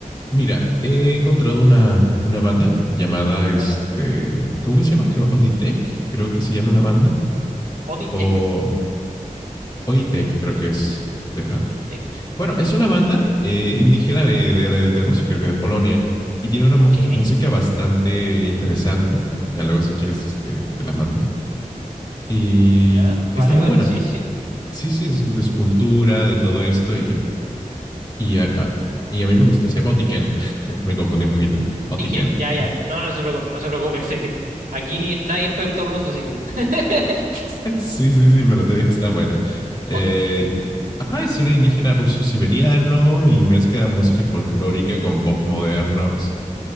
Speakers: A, on the left; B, on the right.
A: mira, he encontrado una, una banda llamada, este,
B: ¿vale?
A: ¿cómo que se llama? Creo, Oditech, creo que se llama la banda.
B: O D-Tech,
A: O Oitech, creo que es. Deja.
B: D-Tech,
A: Bueno,
B: a
A: es
B: ver.
A: una banda eh, indígena de, de- de Rusia, creo que de Polonia, y tiene una
B: Ok,
A: mu- música bastante interesante. Ya luego, si quieres, este, te la mando. Y
B: ya, vale,
A: está muy
B: vale,
A: buena.
B: sí, sí.
A: Sí, sí, es de su cultura, de todo esto, y, y, a, a- y a mí me gusta. Se llama Otiken. <laughs> Me confundí un poquito. Otiken.
B: ¿Y quién? Ya, ya,
A: <laughs>
B: no, no se preocupe, no se preocupe, <laughs> sí que aquí nadie es experto ruso, así que. <laughs>
A: Sí, sí, sí, pero te digo, está buena. Eh,
B: Otiken, vale.
A: ajá, es un indígena ruso-siberiano y mezcla música folclórica con pop moderno. Es-